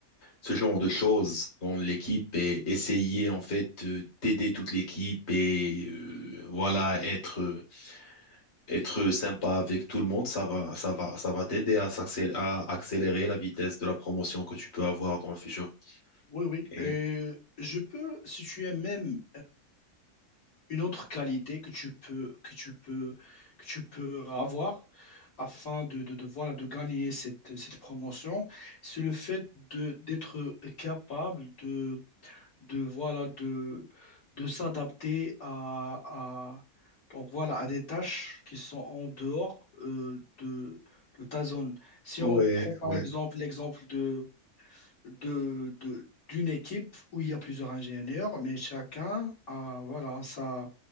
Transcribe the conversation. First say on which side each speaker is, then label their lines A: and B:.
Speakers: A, on the left; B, on the left.
A: ce genre de choses dans l'équipe et essayer en fait euh, d'aider toute l'équipe et euh, voilà être être sympa avec tout le monde, ça va, ça va, ça va t'aider à s'accé- à accélérer la vitesse de la promotion que tu peux avoir dans le futur.
B: oui. oui.
A: Et...
B: Et je peux, si tu es même une autre qualité que tu peux, que tu peux, que tu peux avoir afin de, de, de, voilà, de gagner cette, cette promotion, c'est le fait de, d'être capable de, de, voilà, de, de s'adapter à, à, donc voilà, à des tâches qui sont en dehors euh, de, de ta zone. Si
A: Ouais,
B: on prend par
A: ouais,
B: exemple l'exemple de, de, de- d'une équipe où il y a plusieurs ingénieurs, mais chacun a, voilà, sa,